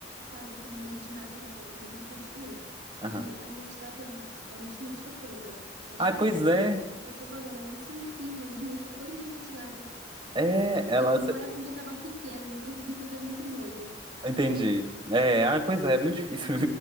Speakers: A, on the right; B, on the right.
A: casa com molho de maracujá, que tava com muita vontade de comer.
B: Aham.
A: E a minha tilápia, ela, ela desmanchou toda. Acho
B: Ai,
A: que
B: pois é.
A: foi o que você falou, ela é muito sensível, desmanchou todinha a minha tilápia.
B: É, ela.
A: E meu maracujá tava pequeno, não consegui fazer muito molho.
B: Entendi. É, ai, pois é, é muito difícil.